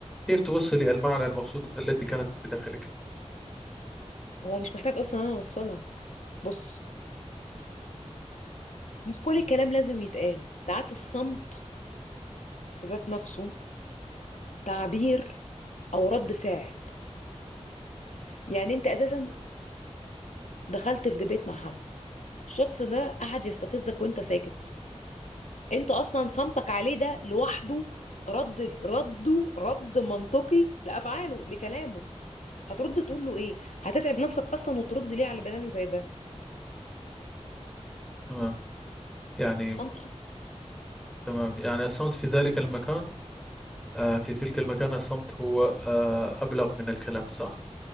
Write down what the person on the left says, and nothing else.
هو مش محتاج اصلا إن انا اوصلها بص مش كل الكلام لازم يتقال ساعات الصمت في ذات نفسه تعبير او رد فعل يعني انت اساسا دخلت في دبيت مع حد الشخص ده قعد يستفزك وانت ساكت انت اصلا صمتك عليه ده لوحده رد رده رد منطقي لافعاله لكلامه هترد تقول له ايه هتتعب نفسك اصلا وترد ليه على بني ادم زي ده
الصمت اصلا